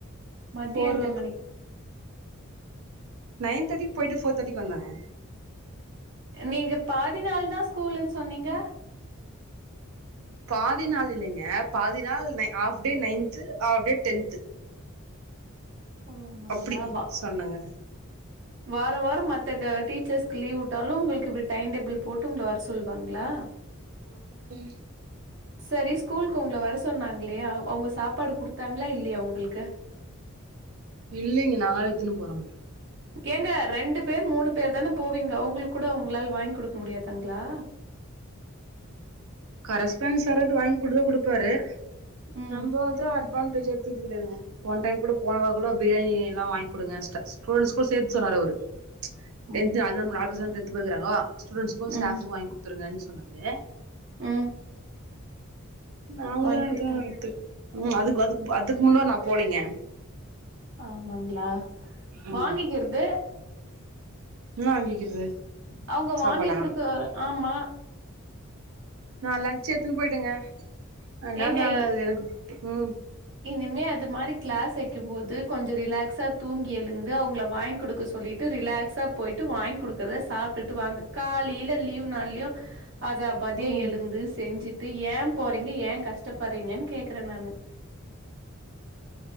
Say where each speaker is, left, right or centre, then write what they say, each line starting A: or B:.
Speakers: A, on the right (about 55°); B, on the right (about 75°).
A: மத்ய
B: ஃபோர்
A: எத்தன மணிக்
B: நயன் தேட்டிக்கு போயிட்டு ஃபோர் தேட்டிக்கி வந்தேங்க
A: நீங்க பாதி நாள்தா ஸ்கூல்ன்னு சொன்னீங்க
B: பாதி நாள் இல்லைங்க பாதி நாள் half day ninth half day tenth
A: ஓமங்களாவா
B: அப்டி சொன்னங்க
A: வார வாரோ மத்த டீச்சர்ஸ்க்கு லீவ் விட்டாலு உங்களுக்கு இப்டி டைம் டேபிள் போட்டு உங்கள வர சொல்லுவாங்களா
B: ஆமா ம்
A: சரி ஸ்கூலுக்கு உங்கள வர சொன்னாங்களே அவுங்க சாப்பாடு குடுத்தாங்களா இல்லையா உங்களுக்கு
B: இல்லிங்க நாங்கதா எத்துன்னு போறோ
A: ஏங்க ரெண்டு பேர் மூணு பேர் தான போவீங்க அவுங்களுக்கு கூட அவுங்களால வாங்கி குடுக்க முடியாதாங்களா
B: கரஸ்பாண்ட் சாராது வாங்கி குடுத்தா குடுப்பாரு
A: ம்.
B: நம்ப எதுவு அட்வான்டேஜ் எடுத்துத்துகிது கெடையாதுங்க போன டைம் கூட போனவாரோ கூட பிரியாணி எல்லா வாங்கி குடுங்க ஸ்டூடண்ட்ஸ்க்கு சேத்து சொன்னாரு அவரு டென்த்
A: ம்.
B: நாலுதா நாலு பசங்க தான டென்த் படிக்கிறாங்க ஸ்டுடென்ட்ஸ்க்கு ஸ்டாஃப்க்கு
A: ம்.
B: வாங்கி குடுத்துருங்கன்னு சொன்னாரு
A: ம்.
B: நாங்கதா
A: வாங்கி குடுத்தாங்க.
B: இதா எத்து ம் அதுக் அதுக் அதுக்கு முன்னா நா போலைங்க
A: ஆமாங்களா
B: ம்
A: வாங்கிக்கிறது
B: என்ன வாங்கிக்கிறது
A: அவுங்க வாங்கி
B: சாப்பாடா
A: குடுக்க ஆமா
B: நா லன்ச் எத்துன்னு போயிட்டேங்க ஆனா
A: ஏங்க
B: நானு
A: இ
B: அது எனக்கு ம்
A: இனிமே அது மாரி கிளாஸ் வைக்கும் போது கொஞ்சோ ரிலாக்ஸா தூங்கி எழுந்து அவுங்கள வாங்க குடுக்க சொல்லிட்டு ரிலாக்ஸா போயிட்டு வாங்கி குடுக்குறத சாப்ட்டுட்டு வாங்க காலேல லீவ் நாள்லயு அதாபதியா
B: ம்
A: எழுந்து செஞ்சிட்டு ஏ போறீங்க ஏ கஷ்டப்படுறீங்கன்னு கேக்குறே நானு